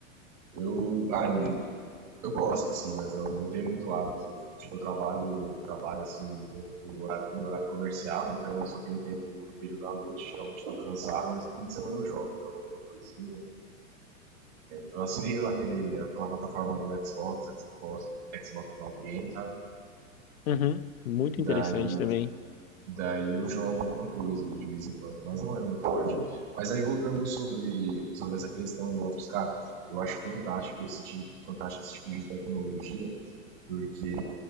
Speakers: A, on the right; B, on the left.
A: Eu, ah, Eu gosto, assim, mas eu não tenho muito hábito. Tipo, eu trabalho, trabalho assim, tempo do horário, em horário comercial, então eu só tenho tempo no período da noite, geralmente estou cansado, mas no fim de semana eu jogo, jogo alguma coisinha. Eu assinei aquele, aquela plataforma do Xbox, Xbox, Xbox Cloud Games, sabe?
B: Uhum. Muito
A: Daí,
B: interessante também.
A: daí eu jogo alguma coisa ali de vez em quando, mas não é meu forte. Mas aí voltando sobre, sobre essa questão do óculos, cara, eu acho fantástico esse tipo, fantástico esse tipo de tecnologia, porque